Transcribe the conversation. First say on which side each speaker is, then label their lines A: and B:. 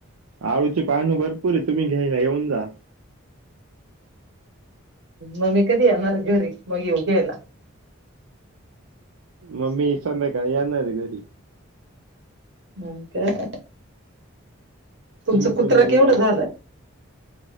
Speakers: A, on the right (about 80°); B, on the right (about 55°).
A: आळूची पान भरपूर आहे तुम्ही घ्यायला येऊन जा
B: मम्मी कधी येणार घरी मग येऊ घ्यायला
A: मम्मी सध्याकाळी येणार आहे घरी
B: मग काय? तुमचा
A: तुम्ही
B: कुत्रा
A: पण येऊन
B: केवढं झालंय